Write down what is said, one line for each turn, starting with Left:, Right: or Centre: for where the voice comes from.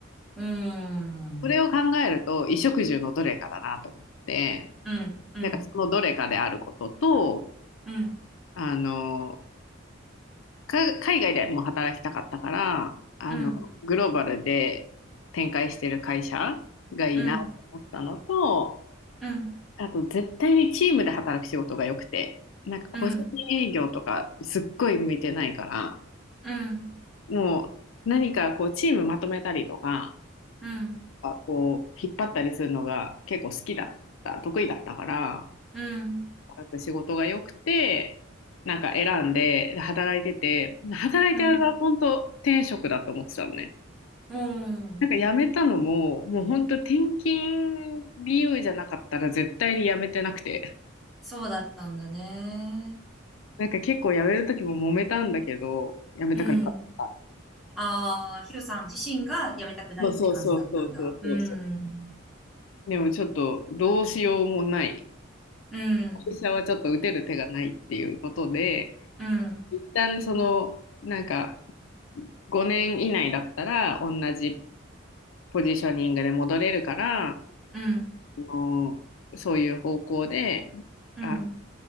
Centre: うん、うん、
Left: それを考えると、衣食住のどれかだなと思って、
Centre: うん、うん、
Left: なんかそのどれかであることと、
Centre: うん、
Left: あの、か海外でも働きたかったから、あの、
Centre: うん、
Left: グローバルで展開してる会社がいいなと思ったのと、
Centre: うん、う
Left: あと絶対にチームで働く仕事が良くて、なんか個人営業とかすっごい向いてないから、
Centre: ん、うん。
Left: もう何かこうチームまとめたりとか、
Centre: うん、
Left: こう引っ張ったりするのが結構好きだった、得意だったから、
Centre: うん、
Left: 働く仕事が良くて、なんか選んで、で働いてて、働いてる間は本当天職だと思ってたのね。
Centre: うん、うん。
Left: なんか辞めたのも、もう本当転勤理由じゃなかったら絶対に辞めてなくて。
Centre: そうだったんだね。
Left: なんか結構辞める時も揉めたんだけど、辞めたくなかった。
Centre: うん。ああ、ヒロさん自身が辞めたくないって感じだったんだ。
Left: そうそうそうそうそうそうそ
Centre: うん、
Left: う。でもちょっとどうしようもない。
Centre: うん、
Left: 会社はちょっと打てる手がないっていうことで、
Centre: うん、
Left: 一旦その、なんか5年以内だったら同じポジショニングで戻れるから、
Centre: うん、
Left: あのそういう方向で、
Centre: うん、
Left: あの、